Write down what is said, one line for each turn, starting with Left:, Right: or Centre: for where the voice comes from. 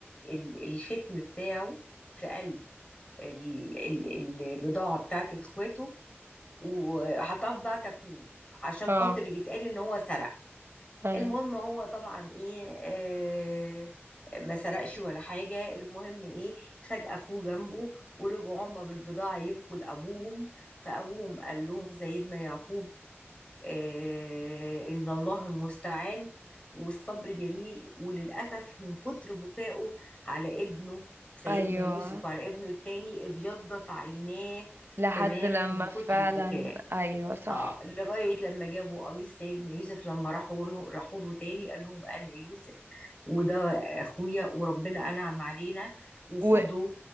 Left: ال- الختم بتاعه في قلب ال- ال- البضاعه بتاعت اخواته وحطها في بتاعت اخوه عشان
Right: اه
Left: خاطر يتقال ان هو سرق
Right: ايوه
Left: المهم هو طبعا ايه آه ما سرقش ولا حاجة المهم ايه خد اخوه جنبه ورجعوا هما بالبضاعة يبكوا لابوهم فابوهم قال لهم سيدنا يعقوب آه ان الله المستعان والصبر جميل وللأسف من كتر بكائه على ابنه سيدنا
Right: ايوه
Left: يوسف وعلى ابنه التاني ابيضت عيناه
Right: لحد
Left: تماما
Right: لما
Left: من كتر
Right: فعلا
Left: البكاء
Right: ايوه صح
Left: اه لغاية لما جابوا قميص سيدنا يوسف لما راحوا له راحوا له تاني قال لهم انا يوسف وده اخويا وربنا انعم علينا وخدوا
Right: و...